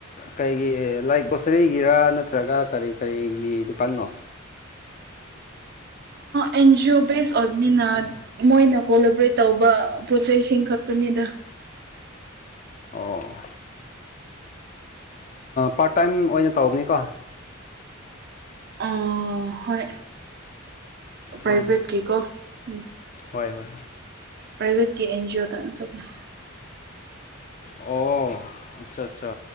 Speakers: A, on the left (about 35°); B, on the right (about 50°).
A: ꯀꯩꯒꯤ ꯂꯥꯏꯛ ꯒꯣꯁꯔꯤꯒꯤꯔꯥ ꯅꯠꯇ꯭ꯔꯒ ꯀꯔꯤ ꯀꯔꯤꯒꯤ ꯗꯨꯀꯥꯟꯅꯣ
B: ꯑꯦꯟꯖꯤ ꯑꯣ ꯕꯦꯁ ꯑꯣꯏꯕꯅꯤꯅ ꯃꯣꯏꯅ ꯀꯣꯂꯦꯕ꯭ꯔꯦꯠ ꯇꯧꯕ ꯄꯣꯠ ꯆꯩꯁꯤꯡ ꯈ ꯄꯨꯅꯤꯗ
A: ꯑꯣ ꯄꯥꯔꯠ ꯇꯥꯏꯝ ꯑꯣꯏꯅ ꯇꯧꯕꯅꯤꯀꯣ
B: ꯑ ꯍꯣꯏ ꯄ꯭ꯔꯥꯏꯚꯦꯠꯀꯤꯀꯣ
A: ꯑꯣ
B: ꯎ
A: ꯍꯣꯏ ꯍꯣꯏꯣꯏ
B: ꯄ꯭ꯔꯥꯏꯚꯦꯠꯀꯤ ꯑꯦꯟꯖꯤ ꯑꯣꯗ ꯇꯅꯦ
A: ꯑꯣ ꯑꯠꯆꯥ ꯑꯠꯆꯥ